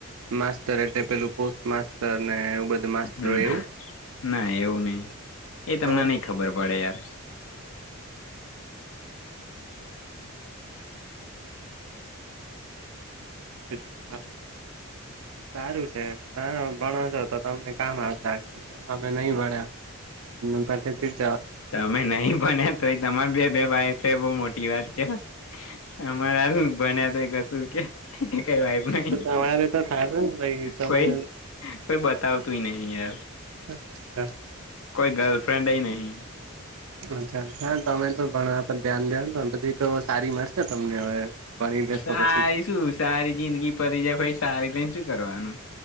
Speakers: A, on the right (about 70°); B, on the left (about 65°).
A: માસ્ટર એટલે પેલું પોસ્ટ માસ્ટર ને એવું બધું માસ્ટર
B: હું
A: એવું
B: ના એવું નહીં એ તમને
A: તો
B: નહીં ખબર પડે યાર,
A: અચ હા સારું છે, પણ ભણો છો, તો તમને કામ આવશે, આગળ અમે નહી ભણ્યા. એમ પણ.
B: તમે નહીં ભણે તો એ તમાર બે બે ભઇફે બહ મોટી વાત કેવાય. અમારા ભન્યા તો કસૂર કે ને કઈયબુ
A: જ
B: નહીં
A: તો તમારે તો થશે ને ભાઈ તમે
B: કોઈ પઈ બતાવતુંય નહિ યાર,
A: હા હા
B: કોઈ ગર્લફ્રેન્ડ જ નહીં.
A: અચ્છા હા તમે તો ભણવા પર ધ્યાન દયો પછી તો સારી મળશે તમને હવે ભણી લેશો
B: સારી
A: પછી
B: શું સારી જિંદગી પરી જાય ભાઈ સારી લઈને શું કરવાનું,